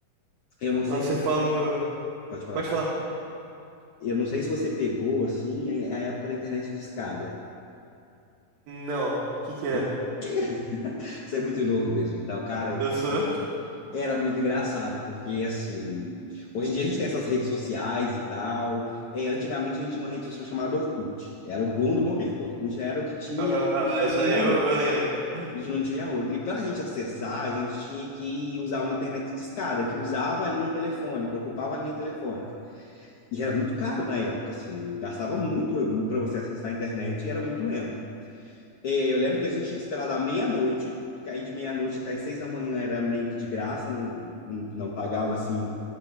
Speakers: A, on the left; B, on the right.
A: Eu não sei
B: Nossa,
A: se.
B: você falou.
A: Pode falar.
B: Pode falar.
A: Eu não sei se você pegou, assim, a a época da internet discada.
B: Não, o que que é?
A: Ih, <laughs> Isso é muito novo mesmo. Então, cara, é
B: Eu
A: muito-
B: sou. <laughs>
A: era muito engraçado, porque, assim, hoje em dia a gente tem essas redes sociais e tal. É, antigamente a gente tinha uma rede social chamada Orkut. Era o bom do momento. Orkut era o que tinha,
B: Aham,
A: a gente
B: Ah,
A: não tinha
B: isso
A: nenhuma
B: aí eu,
A: outra.
B: eu lembro.
A: A gente não tinha outra. E para a gente acessar, a gente tinha que usar uma internet discada, que usava a linha telefônica, ocupava a linha telefônica. E era muito caro na época, assim, gastava muito para você acessar a internet e era muito lento. É, eu lembro que a gente tinha que esperar da meia-noite, porque aí de meia-noite até seis da manhã era meio que de graça, não, não, não pagava assim,